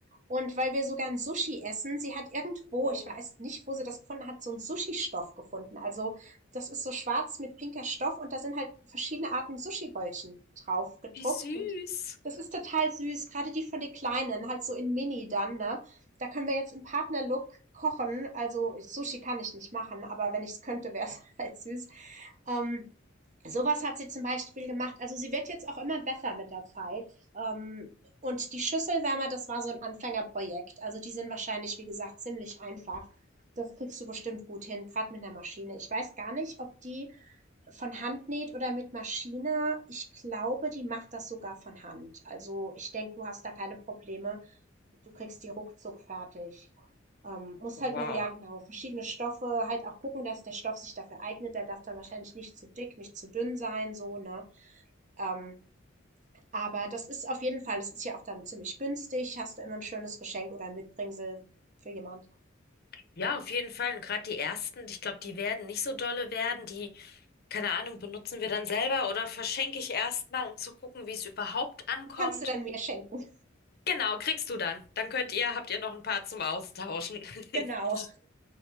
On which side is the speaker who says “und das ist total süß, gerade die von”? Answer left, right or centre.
Right